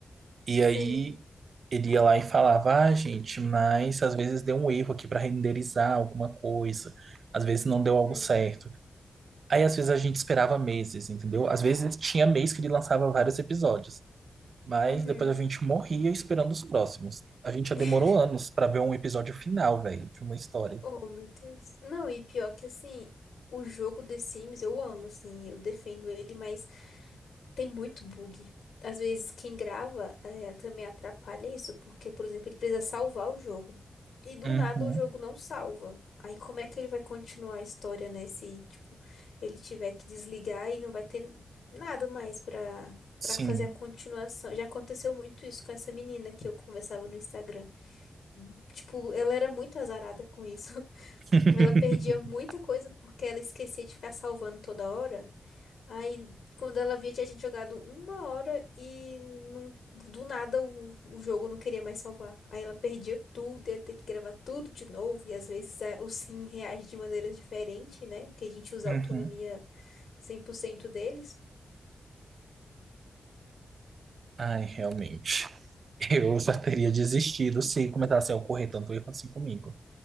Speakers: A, on the right; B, on the left.
A: E
B: Sim.
A: aí ele ia lá e falava: Ah, gente, mas às vezes deu um erro aqui para renderizar alguma coisa, às vezes não deu
B: uhum,
A: algo certo. Aí às vezes a gente esperava meses, entendeu? Às vezes tinha mês que ele lançava vários episódios. Mas
B: uhum.
A: depois a gente morria esperando os próximos. A gente já
B: <laughs>
A: demorou anos pra ver um episódio final, velho, de uma história.
B: Oh, meu Deus. Não, e pior que assim, o jogo The Sims eu amo, assim, eu defendo ele, mas Tem muito bug. Às vezes quem grava é, também atrapalha isso, porque, por exemplo, ele precisa salvar o jogo. E do
A: Uhum,
B: nada o jogo não salva. Aí como é que ele vai continuar a história, né? Se, tipo, ele tiver que desligar e não vai ter nada mais pra,
A: sim.
B: pra fazer a continuação. Já aconteceu muito isso com essa menina que eu conversava no Instagram. Tipo, ela era muito azarada com isso. <laughs>
A: <laughs>
B: Ela perdia muita coisa porque ela esquecia de ficar salvando toda hora. Aí, quando ela via, tinha gente jogado uma hora e não, do nada o, o jogo não queria mais salvar. Aí ela perdia tudo, ia ter que gravar tudo de novo. E às vezes a- o Sim reage de maneiras diferentes, né? Que a gente usa
A: Uhum.
B: a autonomia cem por cento deles.
A: Ai, realmente. Eu já teria desistido se começasse a ocorrer tanto erro assim comigo.